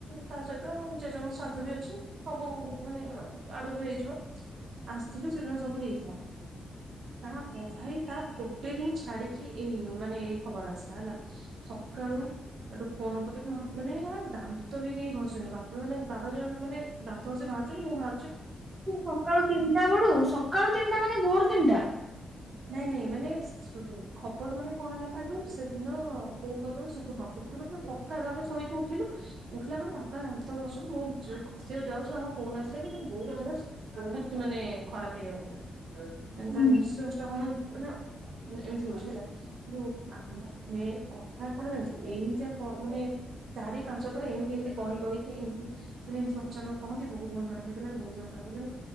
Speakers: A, on the right; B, on the right.
A: ତା ସହିତ ଜେଜଙ୍କ ଶ୍ରାଦ୍ଧ ବି ଅଛି ସବୁ ମାନେ ଆଡକୁ ହେଇଯିବ ଆସିଥିଲୁ ସେଦିନ ସବୁ ହେଇଥିଲା ତା ପ ଭାଇ ତା ଗୋଟେ ଦିନ ଛାଡିକି ଏଇନେ ମାନେ ଖବର ଆସିଲା ହେଲା ସକାଳୁ ସେଠୁ ଫୋନ କଲେ ମାନେ ଦାନ୍ତ ବି କେହି ଘଶିନୁ ବାବା ମାନେ ବାବା ଯୋଉ ମାନେ ଦାନ୍ତ ଘସି ବାହାରୁଛନ୍ତି ମୁଁ ବା
B: ସକାଳୁ ତିନିଟା ବେଳୁ ସକାଳୁ ତିନିଟା ମାନେ ଭୋର ତିନ୍ଟା
A: ନାଇଁ ନାଇଁ ମାନେ ଖବର ମାନେ କଣ ହେଲା କହିଲୁ ସେଦିନ କହୁ ଦିନ ତ ହଁ ଶୁକ୍ରବାର ଦିନ ସକାଳୁ ଆମେ ଶୋଇକି ଉଠିଲୁ ଉଠିଲା ପରେ ବାପା ଦାନ୍ତ ଘଷୁଛନ୍ତି ମୁଁ ଯ ଘସିବାକୁ ଯାଉଛି ଆମ ଫୋନ ଆସିଲା କି ମାନେ ବୋଉର ଦେହ ବହୁତ ମାନେ ଖରାପ ହେଇଗଲାଣି ମାନେ
B: ହୁଁ
A: ତା ନିଃଶ୍ୱାସ କଣ ମାନେ ଏମିତି ହଉଛି ହେଲା କି ଯୋଉ ଅମେ କଥା କଣ ଜାଣିଛୁ ଏମିତିଆ କ ମାନେ ଚାରି ପାଞ୍ଚ ଥର ଏମତି ଏମତି କହି କହିକି ଏମତି ମାନେ ଏମିତି ଅଚାନକ କହନ୍ତି ବହୁ ଦେହ ଖରାପ ହେଇଗଲାଣି ବହୁ ଦେହ ଖରାପ ହେଇଗଲାଣି ମାନେ